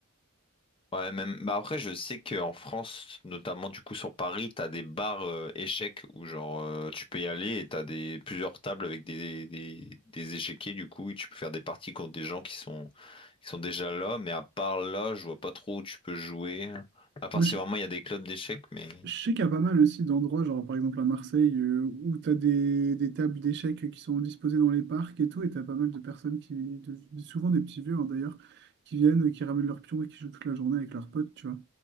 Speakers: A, on the left (about 25°); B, on the right (about 50°).
A: Ouais, même. Bah après, je sais qu'en France, notamment du coup sur Paris, t'as des bars euh, échecs où genre euh, tu peux y aller et t'as des plusieurs tables avec des, des, des échiquiers du coup et tu peux faire des parties contre des gens qui sont qui sont déjà là. Mais à part là, je vois pas trop où tu peux jouer. À part
B: Moi,
A: si
B: je,
A: vraiment il y a des clubs d'échecs, mais
B: Je sais qu'il y a pas mal aussi d'endroits, genre par exemple à Marseille, euh, où tu as des, des tables d'échecs qui sont disposées dans les parcs et tout, et tu as pas mal de personnes qui, de- souvent des petits vieux hein, d'ailleurs, qui viennent, qui ramènent leurs pions et qui jouent toute la journée avec leurs potes, tu vois.